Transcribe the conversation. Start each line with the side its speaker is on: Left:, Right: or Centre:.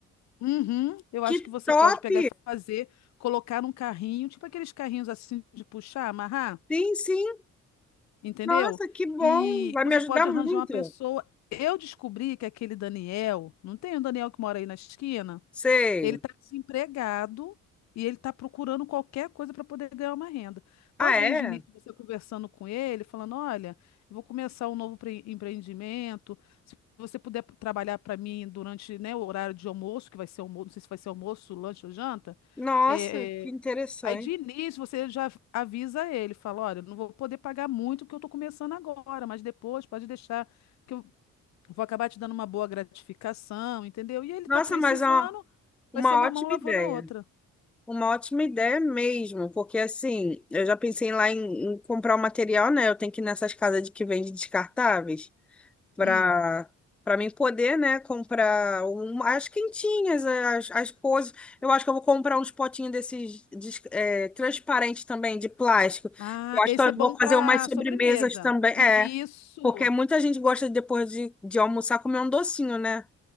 Left: Uhum, eu
Centre: Que
Left: acho que você
Centre: top!
Left: pode pegar e fazer, colocar num carrinho, tipo aqueles carrinhos assim de puxar, amarrar,
Centre: Sim, sim.
Left: entendeu?
Centre: Nossa, que bom!
Left: E
Centre: Vai
Left: você
Centre: me ajudar
Left: pode
Centre: muito.
Left: arranjar uma pessoa. Eu descobri que aquele Daniel, não tem um Daniel que mora aí na esquina?
Centre: Sei.
Left: Ele está desempregado e ele está procurando qualquer coisa para poder ganhar uma renda.
Centre: Ah,
Left: Talvez
Centre: é?
Left: de início você conversando com ele, falando: Olha, eu vou começar um novo pre- empreendimento. Se você puder p- trabalhar para mim durante, né, o horário de almoço, que vai ser almoço, não sei se vai ser almoço, lanche ou janta.
Centre: Nossa,
Left: é,
Centre: que interessante.
Left: é, Aí de início você já avisa ele, fala: Olha, eu não vou poder pagar muito porque eu estou começando agora, mas depois pode deixar que eu vou acabar te dando uma boa gratificação, entendeu? E ele
Centre: Nossa,
Left: tá precisando,
Centre: mas é uma, uma
Left: vai ser uma
Centre: ótima
Left: mão lavando
Centre: ideia.
Left: a outra.
Centre: Uma ótima ideia mesmo, porque assim, eu já pensei lá em, em comprar o material, né? Eu tenho que ir nessas casas de que vende descartáveis. para
Left: Hum.
Centre: para mim poder, né, comprar um, as quentinhas, as, as coisas. Eu acho que eu vou comprar uns potinhos desses des- é, transparentes também, de plástico.
Left: Ah,
Centre: Eu acho
Left: esse
Centre: que eu
Left: é bom
Centre: vou
Left: para
Centre: fazer umas sobremesas
Left: sobremesa.
Centre: também.
Left: Isso.
Centre: É, porque muita gente gosta de, depois de, de almoçar comer um docinho, né?